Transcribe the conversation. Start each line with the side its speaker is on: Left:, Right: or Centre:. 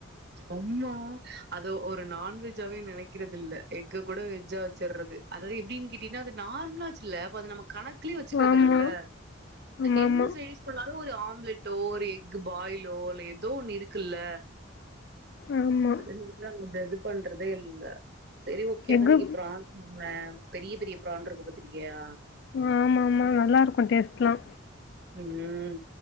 Right: அம்மா அத ஒரு நான்வெஜ்ஜாவே நெனைக்கிறதில்ல எக்க கூட வெஜ்ஜா வெச்சிற்றது அதாவது எப்டின்னு கேட்டீன்னா அது நார்மலாச்சுல்ல அப்ப அது நமக் கணக்குலயே வச்சுக்றது
Left: ஆமா.
Right: இல்லெல்ல
Left: ஆமாமா.
Right: என்ன சைடிஷ் இப்போ நாம ஒரு ஆம்லெட்டோ ஒரு எக் பாயிலோ இல்ல ஏதோ ஒண்ணு இருக்குல்ல
Left: ஆமா. ஆமா
Right: <unintelligible> அதா இது பண்றதே இல்ல சரி ஓகோ அதா
Left: எக்கு
Right: இன்னிக்கி பிராஸ் ஆமா பெரிய பெரிய ப்ரான் இருக்கு பாத்திருக்கியா
Left: ம் ஆமா ஆமா நல்லா இருக்கு டேஸ்ட்டெலா
Right: ம்